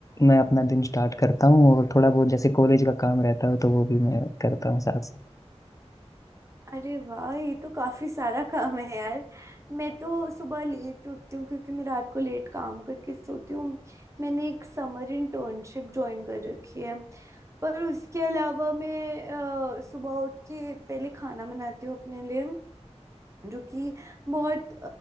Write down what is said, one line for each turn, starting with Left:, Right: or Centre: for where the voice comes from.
Left: मैं अपना दिन स्टार्ट करता हूँ और थोड़ा बहुत जैसे कॉलेज का काम रहता है तो वो भी मैं करता हूँ साथ साथ
Right: अरे वाह ये तो काफी सारा काम है यार मैं तो सुबह लेट उठती हूँ क्योंकि मैं रात को लेट काम करके सोती हूँ मैंने एक समर इंटर्नशिप ज्वाइन कर रखी है पर उसके अलावा मैं अ, सुबह उठ के पहले खाना बनाती हूँ अपने लिए जो कि बहुत